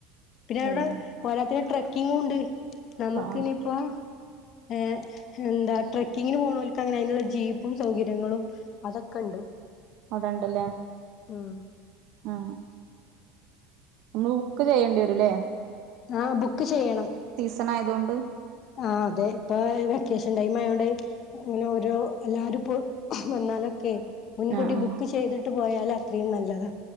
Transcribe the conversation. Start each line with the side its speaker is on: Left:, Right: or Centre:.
Left: പിന്നെ അവിടെ
Right: അതെ
Left: പോരാത്തന് ട്രക്കിങ്ങും ഉണ്ട് നമുക്ക്
Right: ആ ആ
Left: ഇനി പ്പോ ഏഹ് എന്താ ട്രക്കിങ്ങിന് പോണോല്ക്ക് അങ്ങനെ അയിനുള്ള ജീപ്പും സൗകര്യങ്ങളും അതൊക്കെ ണ്ട്
Right: അവിടണ്ട് ല്ലേ
Left: ഉം
Right: ആഹ് നമ്മള് ബുക്ക് ചെയ്യണ്ടി വരുംല്ലേ
Left: ആഹ് ബുക്ക് ചെയ്യണം
Right: സീസണ് ആയതോകൊണ്ട്
Left: ആഹ് അതെ ഇപ്പൊ വെക്കേഷൻ ടൈം ആയോണ്ട് ങ്ങനെ ഓരോ എല്ലാരും പ്പോ വന്നാലൊക്കെ മുൻകൂട്ടി
Right: ആ ആ
Left: ബുക്ക് ചെയ്തിട്ട് പോയാൽ അത്രയും നല്ലതാ